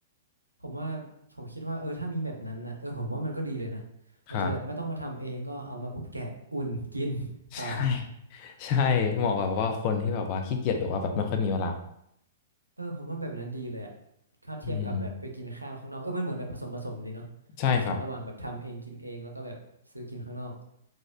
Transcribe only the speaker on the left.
ครับ
ใช่ใช่เหมาะกับว่าคนที่แบบว่าขี้เกียจหรือว่าแบบไม่ค่อยมีเวลา
อืมใช่ครับ